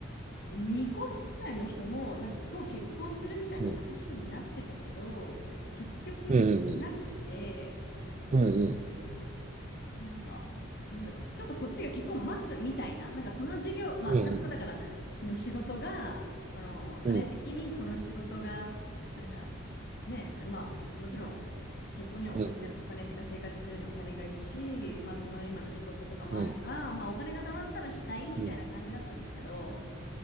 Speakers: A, on the left; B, on the right.
A: 2個 más くらいの人もなんかと結婚するみたいな話になってたけど、
B: うん。うん。
A: 結局なくて、
B: うんうんうん。
A: なんか、なんだろう、ちょっとこっちが結婚待つみたいな、なんかこの授業、まあそれこそだから、
B: うんうん。
A: その仕事が、この彼的にこの仕事が、
B: うん
A: なんかね、まあもちろん結婚にはお金、
B: うんうん
A: お金っていうか生活するにはお金がいるし、まあこの今の仕事とかもあるから、
B: うん。
A: まあお金が貯まったらしたいみたいな感じだったんですけど、
B: う